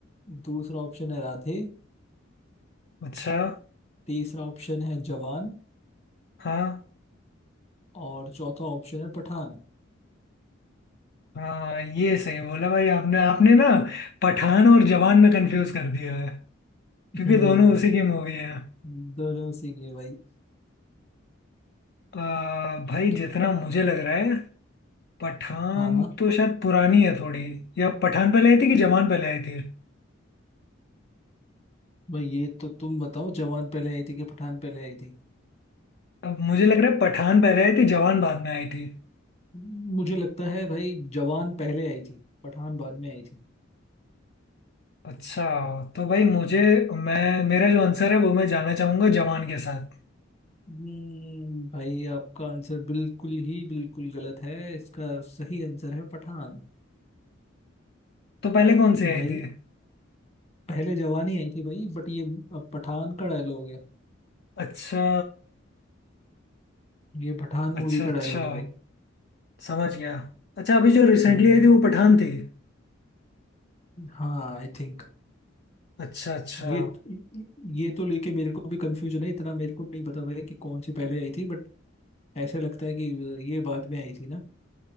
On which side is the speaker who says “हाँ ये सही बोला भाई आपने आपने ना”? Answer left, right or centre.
Left